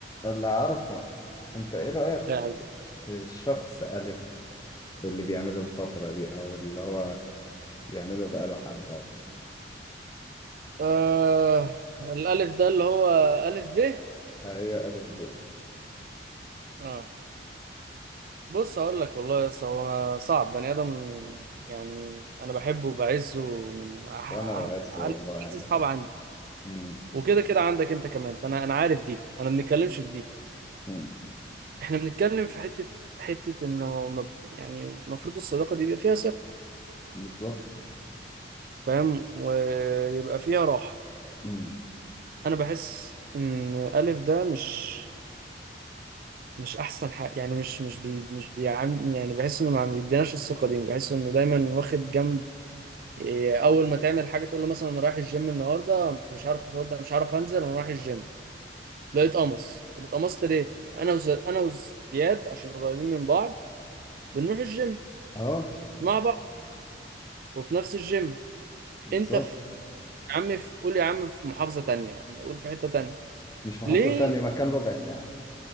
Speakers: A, on the left (about 20°); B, on the right (about 50°).
A: اللي أعرفه أنت إيه رأيك
B: لاعب
A: في الشخص ألف واللي بيعمله الفترة دي أو اللي هو بيعمله بقاله حبة أصلا
B: آه الألف ده اللي هو ألف ب
A: أيوة ألف ب
B: آه بص أقول لك والله بس هو صعب بني آدم يعني أنا بحبه وبعزه من أح- أح-
A: وأنا بعزه
B: أعز
A: والله يعني
B: أصحاب
A: فاهم
B: عندي
A: أمم،
B: وكده كده عندك أنت كمان فأنا أنا عارف دي أنا ما بنتكلمش في دي
A: أمم،
B: إحنا بنتكلم في حتة حتة إنه ما- ب- يعني المفروض الصداقة دي يبقى فيها ثقة
A: بالظبط
B: فاهم ويبقى فيها راحة
A: أمم،
B: أنا بحس إن ألف ده مش مش احسن حاجه يعني مش مش بي مش بيعم يعني بحس انه ما بيديناش الثقه دي بحس انه دايما واخد جنب إيه، اول ما تعمل حاجه تقول له مثلا انا رايح الجيم النهارده مش عارف ارد مش عارف انزل انا رايح الجيم تلاقيه اتقمص طب اتقمصت ليه انا وز... انا وزياد عشان قريبين من بعض بنروح الجيم
A: أه
B: مع بعض وفي نفس الجيم
A: بالظبط
B: انت في يا عم في قول يا عم في محافظه تانية يا عم قول في حته تانية
A: مش محافظة
B: ليه
A: تانية مكان ربع ساعة